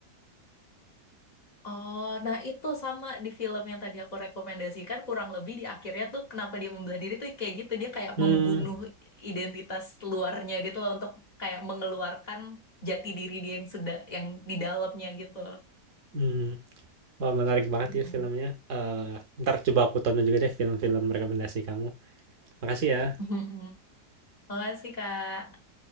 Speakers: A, on the left; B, on the right.
A: Oh, nah itu sama di film yang tadi aku rekomendasikan kurang lebih di akhirnya tuh kenapa dia membelah diri tuh kayak gitu dia kayak
B: Hmm,
A: membunuh identitas luarnya gitu loh untuk kayak mengeluarkan jati diri dia yang sedang yang di dalamnya gitu.
B: hmm. Wah, menarik banget
A: Mm-mm.
B: ya filmnya. Eh, ntar coba aku tonton juga deh film-film rekomendasi kamu. Makasih ya.
A: Mm-mm. Makasih Kak.